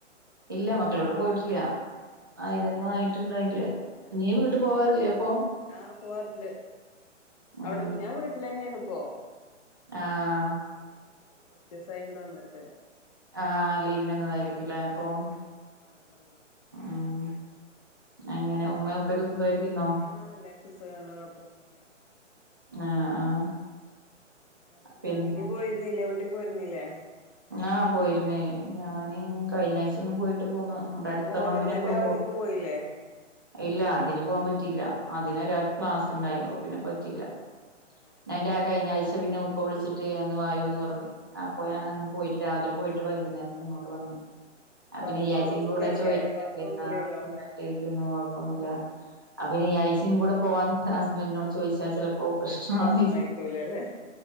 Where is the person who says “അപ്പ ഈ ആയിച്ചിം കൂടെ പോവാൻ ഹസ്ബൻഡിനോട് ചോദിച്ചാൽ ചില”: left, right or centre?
Right